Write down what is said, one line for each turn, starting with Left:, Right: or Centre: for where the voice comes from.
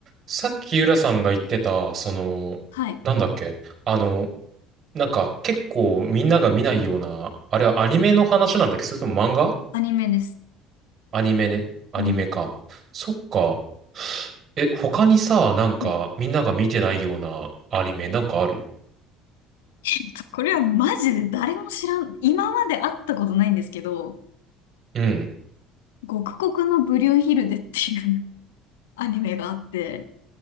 Right: さっき浦さんが言ってた、その、
Left: はい。
Right: なんだっけ、あの、なんか結構みんなが見ないような、あれはアニメの話なんだっけそれとも漫画
Left: アニメです。
Right: アニメね。アニメか。
Left: うん。
Right: そっか。え、他にさ、なんかみんなが見てないようなアニメなんかある
Left: はい。<laughs> えっと、これはマジで誰も知らん、今まで会ったことないんですけど、
Right: うん。
Left: 極国のブリュンヒルデっていう <laughs> アニメがあって。